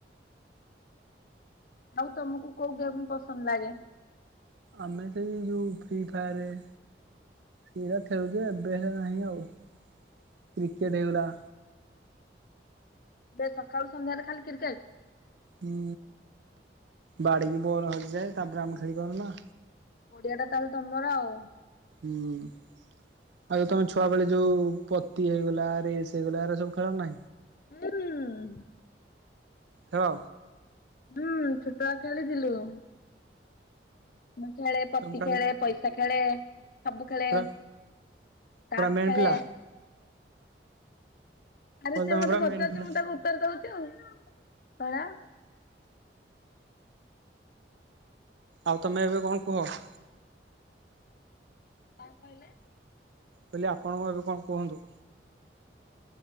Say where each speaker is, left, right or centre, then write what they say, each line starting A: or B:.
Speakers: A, on the left (about 50°); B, on the right (about 80°).
A: ଆଉ ତମକୁ କୋଉ ଗେମ୍ ପସନ୍ଦ ଲାଗେ।
B: ଆମେ ସେଇ ଯୋଉ ଫ୍ରି ଫାୟାରରେ ସେଗା ଖେଳୁଯେ ଏବେ ନାହିଁ ଆଉ କ୍ରିକେଟ ହେଇଗଲା।
A: ସେ ସକାଳୁ ସନ୍ଧ୍ୟାରେ ଖାଲି କ୍ରିକେଟ।
B: ହୁଁ ବାଡିିକି ବଲ ହଜିଯାଏ ତାପରେ ଆମେ ଖେଳି ପରୁନା।
A: ପଡିଆ ଟା ତାହେଲେ ତମର ଆଉ।
B: ହୁଁ ଆଉ ଯଉ ତମେ ଛୁଆ ବେଳେ ଯୋଉ ପତି ହେଇଗଲା ରେସ ହେଇଗଲା ଏ ସବୁ ଖେଳ ନା।
A: ହୁଁ।
B: ଖେଳ?
A: ହୁଁ ଛୋଟଆ ଖେଳିଥିଲୁ। ମୁଁ ଖେଳେ, ପତି
B: ତମେ ପୁରା
A: ଖେଳେ, ପଇସା ଖେଳେ। ସବୁ ଖେଳେ
B: ପୁରା ପୁରା
A: ତାସ
B: ମେନ୍
A: ଖେଳେ।
B: ପିଲା?
A: ଆରେ
B: କହିଲି
A: ସେ
B: ତମେ
A: ମତେ
B: ପୁରା
A: ପଚାରୁଛି
B: ମେନ୍ ପିଲା
A: ମୁଁ ତାକୁ ଉତ୍ତର ଦଉଛି ଆଉ, କଣ?
B: ଆଉ ତମେ ଏବେ କଣ କୁହ?
A: କଣ କହିଲେ?
B: କହିଲି ଆପଣଙ୍କୁ ଏବେ କଣ କୁହନ୍ତୁ?